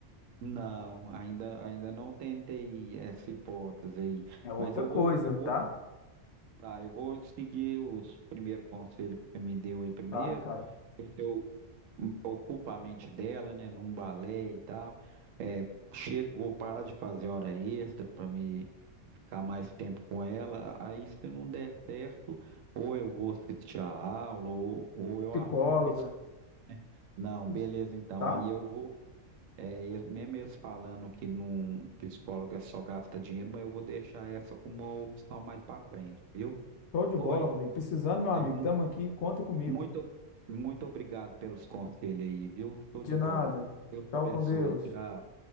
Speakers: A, on the right (about 85°); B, on the left (about 65°).
A: Não, ainda, ainda não tentei essa hipótese aí,
B: É outra
A: mas eu
B: coisa,
A: vou, eu vou,
B: tá?
A: tá, eu vou seguir os primeiros conselhos que você me deu aí primeiro.
B: Tá, cara.
A: Eu hum, ocupo a mente dela, né, num balé e tal. É, chego, vou parar de fazer hora extra para me ficar mais tempo com ela. Aí, se não der certo, ou eu vou assistir a aula, ou, ou eu
B: Psicóloga,
A: arrumo um psicólogo. Não,
B: isso,
A: beleza, então.
B: tá?
A: Aí eu vou É, e mesmo eles falando que num psicólogo é só gasta dinheiro, mas eu vou deixar essa como uma opção mais para frente, viu?
B: Show de bola,
A: Oi,
B: Rodrigo. Precisando, meu amigo,
A: aí, mu-
B: tamo aqui, conta comigo.
A: muito, muito obrigado pelos conselhos aí, viu? Show
B: De
A: de
B: nada.
A: bola. Deus te
B: Tchau
A: abençoe.
B: com Deus.
A: Tchau.